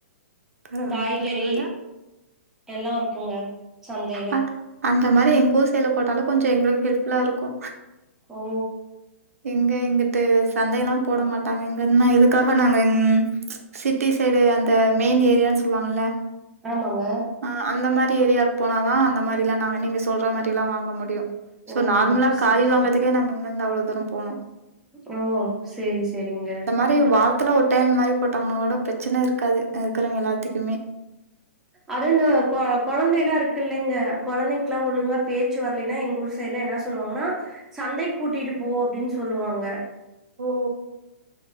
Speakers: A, on the right; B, in the centre.
A: பரவால்ல
B: காய்கறி
A: பரவால்ல
B: எல்லா இருக்குல சந்தைல
A: அ அந்த மாரி எங்கூர் சைட்ல போட்டாலு கொஞ்சோ எங்களுக்கு ஹெல்ப் ஃபுல்லா இருக்கு
B: ஓ
A: எங்க இங்குட்டு சந்தயெல்லா போடமாட்டாங்க இங்க என்னா இது அதுக்காக நாங்க இங் சிட்டி சைடு அந்த மெயின் ஏரியான் சொல்வாங்கல்ல
B: ஆமாங்க
A: அ அந்த மாரி ஏரியாக்கு போனாதா அந்த மாரிலா நா நீங்க சொல்ற மாரிலா வாங்க முடியு சோ
B: ஓ
A: நார்மலா
B: செரி
A: காயி வாங்குறதுக்கே நாங்க இங்கருந்து அவ்ளோ தூர போனு
B: ம் செரி செரிங்க
A: இது வாரத்துல ஒரு டைம் மாரி போட்டாங்கனா கூட பிரச்சன இருக்காது இருக்குறவங்க எல்லாத்துக்குமே
B: அதுண்ட கொழந்தல்லா இருக்குல்லங்க கொழந்தைங் ல்லா ஒழுங்கா பேச்சு வரலின்னா எங்கூர் சைட்ல என்னா சொ சொல்லுவாங்கனா சந்தைக் கூட்டிட்டு போ அப்டின் சொல்லுவாங்க
A: ஓ